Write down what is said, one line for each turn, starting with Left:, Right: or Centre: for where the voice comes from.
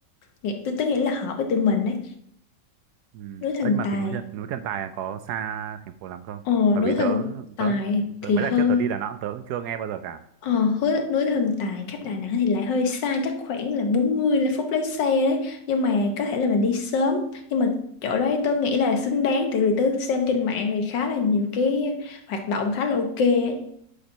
Left: nghĩ tớ, tớ nghĩ là hợp với tụi mình ấy
Right: ừ.
Left: núi Thần
Right: Ơ, nhưng mà
Left: Tài
Right: cái núi Trần, núi Trần Tài là có xa thành phố lắm không
Left: ồ
Right: bởi
Left: núi
Right: vì
Left: Thần
Right: tớ
Left: Tài
Right: tớ,
Left: thì
Right: tớ mấy
Left: hơi
Right: lần trước tớ đi Đà Nẵng tớ cũng chưa nghe bao giờ cả
Left: Ờ, hối núi Thần Tài cách Đà Nẵng thì lại hơi xa chắc khoảng là 40 là phút lái xe đấy nhưng mà có thể là mình đi sớm nhưng mà chỗ đấy tôi nghĩ là xứng đáng tại vì tôi xem trên mạng thì khá là nhiều cái hoạt động khá là ok ấy